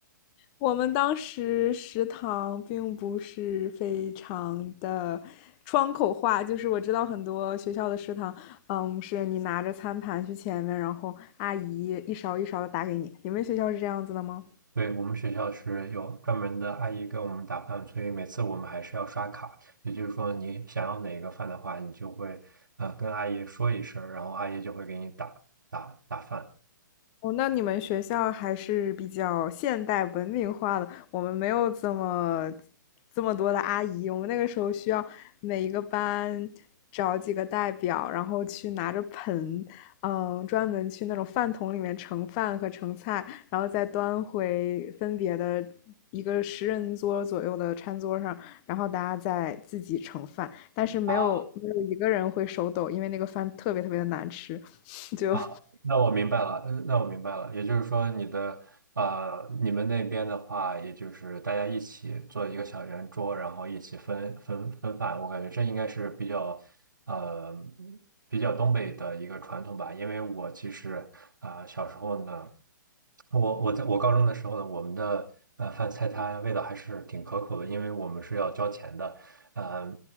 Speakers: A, on the left; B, on the right.
A: 我们当时食堂并不是非常的窗口化，就是我知道很多学校的食堂，嗯，是你拿着餐盘去前面，然后阿姨一勺一勺的打给你。你们学校是这样子的吗？
B: 对，我们学校是有专门的阿姨给我们打饭，所以每次我们还是要刷卡。也就是说，你想要哪一个饭的话，你就会啊、呃跟阿姨说一声儿然后阿姨就会给你打打打饭。
A: 哦，那你们学校还是比较现代文明化的，我们没有这么这么多的阿姨，我们那个时候需要每一个班找几个代表，然后去拿着盆，嗯，专门去那种饭桶里面盛饭和盛菜，然后再端回分别的一个十人桌左右的餐桌上，然后大家再自己盛饭，但是没有没有一个人会手抖，
B: 啊
A: 因为那个饭特别特别的难吃，<laughs> 就
B: 啊，那我明白了，呃那我明白了，也就是说，你的啊、呃你们那边的话，也就是大家一起做一个小圆桌，然后一起分分分饭，我感觉这应该是比较呃比较东北的一个传统吧，因为我其实啊、呃小时候呢。我我在我高中的时候呢，我们的呃饭菜它味道还是挺可口的，因为我们是要交钱的，呃，